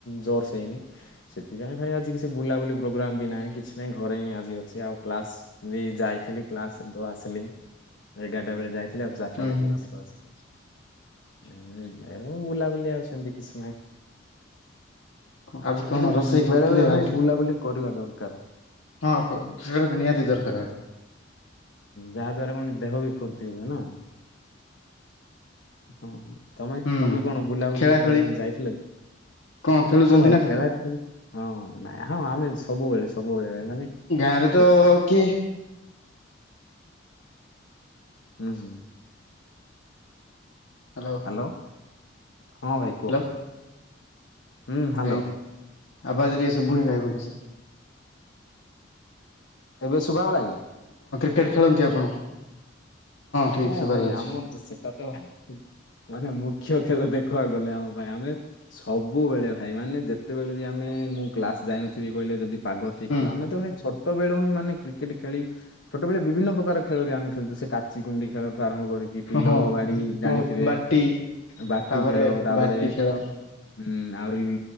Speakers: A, on the left; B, on the left.
A: ଜୋରସେ ହେଇନି ସେଥିପାଇଁ ଭାଇ ଆଜି କିଛି ବୁଲାବୁଲି ପ୍ରୋଗ୍ରାମ ବି ନାହିଁ କିଛି ନାଇଁ ଘରେ ହିଁ ଆଜି ଅଛି ଆଉ କ୍ଲାସ ବି ଯାଇଥିଲି କ୍ଲାସ ତ ଆସିଲି ଏଗାରଟା ବେଳେ ଯାଇଥିଲି ଆଉ ଚାରିଟା
B: ହୁଁ
A: ରେ
B: ହୁଁ
A: କ୍ଲାସରୁ ଆସିଲି। ହୁଁ ବୁଲାବୁଲି ଆଉ ସେ ଏମତି କିଛି ନାହିଁ। କିନ୍ତୁ
B: ହୁଁ ଆଜି କଣ ରୋଷେଇ କରିଥିଲେ
A: ବେଳେ ବେଳେ ଭାଇ
B: ଆଜି
A: ବୁଲାବୁଲି କରିବା ଦରକାର?
B: ହଁ ସେ ତ ନିହାତି ଦରକାର।
A: ଯାହା ଦ୍ଵାରା କଣକି ଦେହ ବି ଫୁର୍ତ୍ତି ହୁଏ ନା। ହଁ ତମେ
B: ହୁଁ
A: ତମେ କଣ ବୁଲାବୁଲି
B: ଖେଳା ଖେଳି
A: କୁଆଡେ ଯାଇଥିଲକି
B: କଣ ଖେଳୁଛନ୍ତି
A: ହଁ ଭାଇ
B: ନା କଣ
A: ଖେଳା ହଁ ନାଇଁ ହଁ ଆମେ ସବୁବେଳେ ସବୁବେଳେ ମାନେ
B: ଆରେ ତ
A: ହୁଁ
B: କିଏ
A: ହୁଁ ହୁଁ।
B: Hello
A: hello? ହଁ ଭାଇ
B: ହ୍ୟାଲୋ
A: କୁହ। ହୁଁ ହାଲୋ।
B: ଭାଇ ଆବାଜ ଟିକେ ସୁଭୁନି ଭାଇ ଭଲସେ।
A: ଏବେ ଶୁଭାଗଲା କି?
B: କ୍ରିକେଟ୍ ଖେଳନ୍ତି ଆପଣ? ଠିକ
A: ହଁ
B: ଶୁଭା
A: ଭାଇ
B: ଯାଉଛି
A: ଆମର ତ ସେଟା ତ ମାନେ ମୁଖ୍ୟ ଖେଳ ଦେଖ ଦେଖିବାକୁ ଗଲେ ଆମ ପାଇଁ ଆମେ ସବୁବେଳେ ଭାଇ ମାନେ ଯେତେବେଳେ ବି ଆମେ ମୁଁ କ୍ଲାସ ଯାଇନଥିବି କହିଲେ ଯଦି ପାଗ ଠିକ୍ଥିବ
B: ହୁଁ
A: ଆମେ ତ ଭାଇ ଛ ଛୋଟ ବେଳୁହିଁ ମାନେ କ୍ରିକେଟ ଖେଳି ଛୋଟ ବେଳେ ବିଭିନ୍ନ ପ୍ରକାର ଖେଳ ବି ଆମେ ଖେଳୁ ସେ କାଚିକୁଣ୍ଡି ଖେଳ ଆରମ୍ଭ କରିକି ବିଲ
B: ହଁ ହଁ
A: ବାଡି ଜାଣିଥିବେ
B: ବହୁତ ବାଟି
A: ବାଟି
B: ତାପରେ
A: ଖେଳ ତାପରେ
B: ବାଟି ଖେଳ
A: ହୁଁ ଆହୁରି